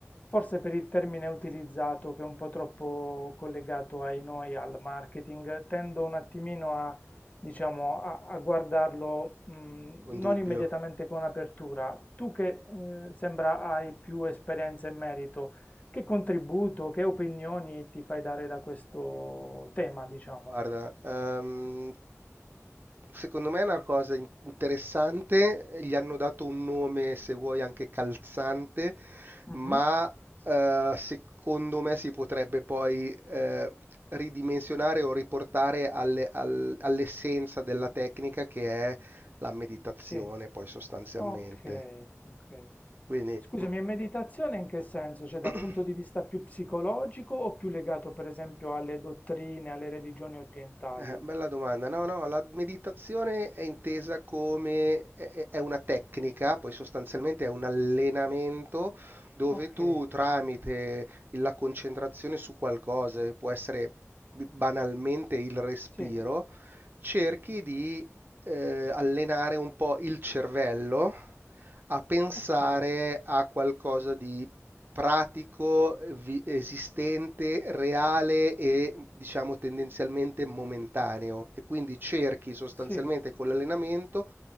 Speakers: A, on the left; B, on the right.
A: forse per il termine utilizzato, che è un po' troppo collegato ai noi, al marketing, tendo un attimino a, diciamo, a, a guardarlo, mh,
B: Un
A: non
B: dubbio.
A: immediatamente con apertura. Tu che, eh, sembra hai più esperienza in merito, che contributo, che opinioni ti fai dare da questo tema, diciamo?
B: Guarda, ehm, secondo me è una cosa in- interessante, gli hanno dato un nome, se vuoi, anche calzante,
A: Mh-mh.
B: ma eh, secondo me si potrebbe poi eh, ridimensionare o riportare alle- al- all'essenza della tecnica che è la meditazione,
A: Sì,
B: poi sostanzialmente.
A: okay, okay.
B: Quindi...
A: Scusami, e meditazione in che senso? Cioè dal
B: <clears throat>
A: punto di vista più psicologico o più legato per esempio alle dottrine, alle religioni orientali?
B: Eh, Bella domanda. No, no, la meditazione è intesa come è è- è una tecnica, poi sostanzialmente è un allenamento dove
A: Okay,
B: tu tramite la concentrazione su qualcosa, che può essere banalmente il respiro,
A: sì,
B: cerchi di eh, allenare un po' il cervello a pensare
A: okay,
B: a qualcosa pratico, vi- esistente, reale e diciamo tendenzialmente momentaneo e quindi cerchi sostanzialmente
A: sì.
B: con l'allenamento